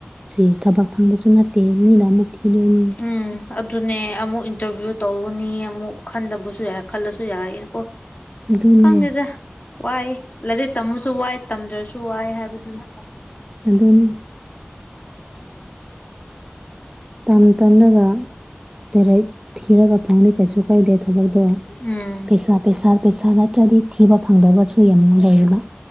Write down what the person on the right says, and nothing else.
ꯁꯤ ꯊꯕꯛ ꯐꯪꯕꯁꯨ ꯅꯠꯇꯦ ꯃꯤꯅ ꯑꯃꯨꯛ ꯊꯤꯗꯣꯢꯅꯤ꯫
ꯑꯗꯨꯅꯦ
ꯑꯗꯨꯅꯤ ꯇꯝ ꯇꯝꯂꯒ ꯗꯥꯢꯔꯦꯛ ꯊꯤꯔꯒ ꯐꯪꯗꯦ ꯀꯩꯁꯨ ꯈꯣꯢꯗꯤ ꯊꯕꯛꯇꯣ
ꯄꯩꯁꯥ ꯄꯩꯁꯥ ꯄꯩꯁꯥ ꯅꯠꯇ꯭ꯔꯗꯤ ꯊꯤꯕ ꯐꯪꯗꯕꯁꯨ ꯌꯥꯝ ꯂꯩꯌꯦꯕ